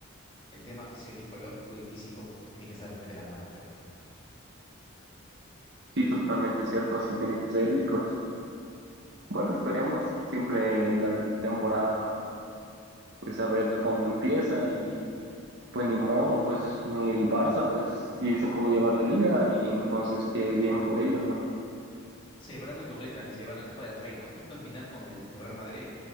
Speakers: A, on the left; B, on the right.
A: El tema fisiológico y físico tiene que estar muy de la mano, creo.
B: Sí, totalmente cierto, así tiene que ser y pues bueno, esperemos siempre la temporada, pues a ver cómo empieza y Pues ni modo, pues ni el Barça, pues sí se pudo llevar la liga y entonces qué bien por ellos, ¿no?
A: Se llevaron el doblete, también se llevaron la Copa del Reino, justo en final con el Real Madrid.